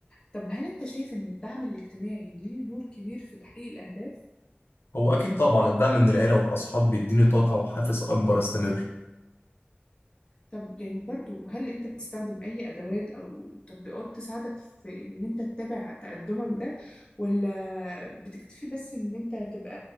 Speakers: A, on the left; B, on the left.
A: طب هل أنت شايف إن الدعم الاجتماعي ليه دور كبير في تحقيق الأهداف؟
B: هو اكيد طبعا الدعم من العيلة والاصحاب بيديني طاقة وحافز اكبر استمر
A: طب يعني برضو هل انت بتستخدم اي ادوات او تطبيقات تساعدك في ان انت تتابع تقدمك ده ولا بتكتفي بس ان انت تبقى